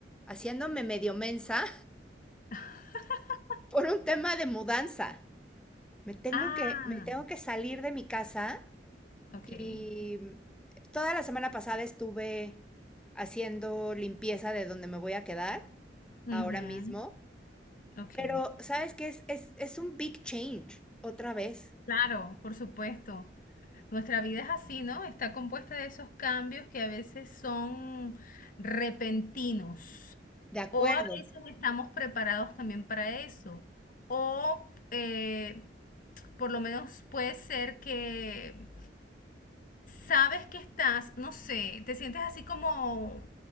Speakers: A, in the centre; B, on the left.
A: haciéndome medio mensa
B: <laughs>
A: <laughs> por un tema de mudanza. Me tengo
B: Ah,
A: que, me tengo que salir de mi casa
B: ok.
A: Y mm, toda la semana pasada estuve haciendo limpieza de donde me voy a quedar
B: Ujú,
A: ahora mismo,
B: Ok.
A: pero sabes que es, es, es un big change otra vez.
B: Claro, por supuesto. Nuestra vida es así, ¿no? Está compuesta de esos cambios que a veces son repentinos
A: De acuerdo.
B: o a veces estamos preparados también para eso o eh, por lo menos puede ser que sabes que estás, no sé, te sientes así como,